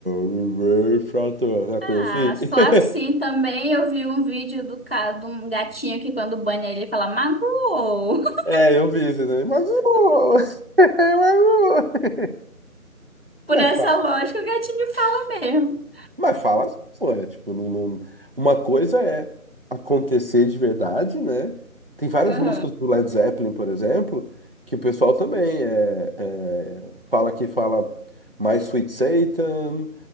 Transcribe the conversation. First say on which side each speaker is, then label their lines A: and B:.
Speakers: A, on the right; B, on the left.
A: viver chato, sabe
B: Ah,
A: coisa assim?
B: se
A: <laughs>
B: for assim também, eu vi um vídeo do cara, de um gatinho que quando banha ele fala magoou. <laughs>
A: É, eu vi isso aí também, mas, ô, <laughs> mas, ô.
B: Por
A: Mas
B: essa lógica, o gatinho fala mesmo.
A: Mas fala, né, pô, é tipo, não, não- uma coisa é acontecer de verdade, né? Tem várias
B: Aham.
A: músicas do Led Zeppelin, por exemplo, que o pessoal também é, é, fala que fala My Sweet Satan,